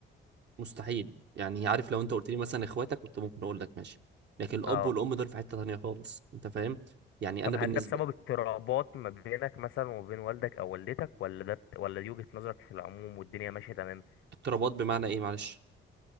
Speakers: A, on the right; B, on the left.
A: مستحيل يعني عارف لو أنت قلت لي مثلا إخواتك كنت ممكن أقول لك ماشي لكن الأب
B: اه
A: والأم دول في حتة تانية خالص أنت فاهم؟ يعني
B: طب
A: أنا بالنسبة
B: هل ده بسبب اضطرابات ما بينك مثلا وبين والدك او والدتك ولا ده بت- ولا دي وجهة نظرك في العموم والدنيا ماشية تمام
A: اقترابات بمعنى إيه معلش؟